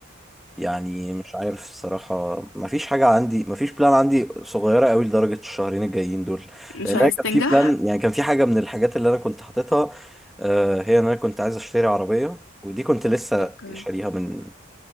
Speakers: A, in the centre; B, on the left.
A: يعني مش عارف الصراحة مفيش حاجة عندي مفيش بلان عندي صغيرة قوي لدرجة الشهرين الجايين دول
B: مش
A: لأن
B: عايز
A: أنا كان
B: تنجح
A: في بلان يعني كان في حاجة من الحاجات اللي أنا كنت حاططها آه، هي إن أنا كنت عايز أشتري عربية ودي كنت لسه
B: اوكي
A: شاريها من